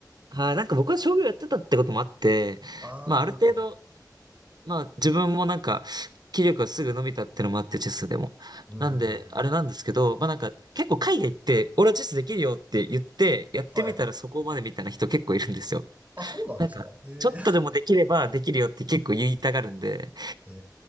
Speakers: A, on the right; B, on the right.
A: はい、なんか僕は将棋をやってたってこともあって、
B: ああなるほど。
A: まあある程度、まあ自分もなんか、気力がすぐ伸びたってのもあって、チェスでも。
B: うん、
A: なんで、
B: うん、うん、うん。
A: あれなんですけど、まあなんか、結構海外行って、俺はチェスできるよって言って、やってみたらそこまでみたいな人結構いるんですよ。
B: はい。あ、そうなんですかへ
A: なんか、ちょっとでもできればできるよって結構言いたがるんで、
B: え。<laughs> へ